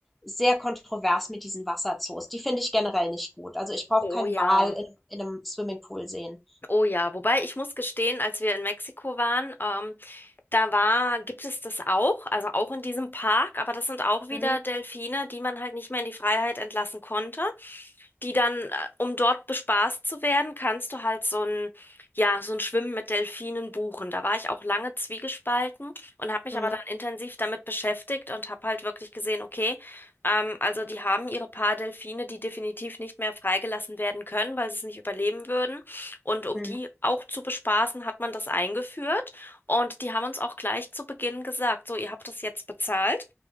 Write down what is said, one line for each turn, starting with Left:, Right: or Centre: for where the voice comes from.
Centre: sehr kontrovers mit diesen Wasserzoos. Die finde ich generell nicht gut. Also ich brauche
Left: Oh
Centre: keinen
Left: ja.
Centre: Wal in, in einem Swimmingpool sehen.
Left: Oh ja, wobei ich muss gestehen, als wir in Mexiko waren, ähm, da war, gibt es das auch, also auch in diesem Park, aber das sind auch wieder
Centre: Mhm.
Left: Delfine, die man halt nicht mehr in die Freiheit entlassen konnte. Die dann, äh, um dort bespaßt zu werden, kannst du halt so ein, ja, so ein Schwimmen mit Delfinen buchen. Da war ich auch lange zwiegespalten und habe mich
Centre: Mhm.
Left: aber dann intensiv damit beschäftigt und habe halt wirklich gesehen, okay, ähm, also die haben ihre paar Delfine, die definitiv nicht mehr freigelassen werden können, weil sie es nicht überleben würden. Und um
Centre: Mhm.
Left: die auch zu bespaßen, hat man das eingeführt. Und die haben uns auch gleich zu Beginn gesagt, so, ihr habt das jetzt bezahlt,